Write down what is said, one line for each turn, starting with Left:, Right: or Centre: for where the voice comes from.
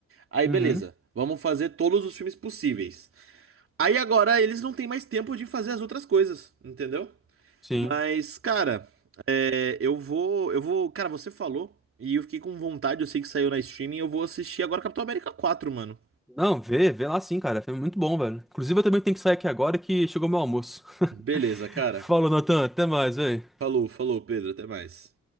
Right: Aí
Centre: Uhum,
Right: beleza, vamos fazer todos os filmes possíveis. Aí agora eles não têm mais tempo de fazer as outras coisas, entendeu?
Centre: sim.
Right: Mas, cara, é, eu vou, eu vou, cara, você falou e eu fiquei com vontade, eu sei que saiu na streaming, eu vou assistir agora Capitão América quatro, mano.
Centre: Não, vê, vê lá sim, cara. Foi muito bom, velho. Inclusive, eu também tenho que sair aqui agora que chegou meu almoço.
Right: Beleza,
Centre: <laughs>
Right: cara.
Centre: Falou, Natan. Até mais, velho.
Right: Falou, falou, Pedro, até mais.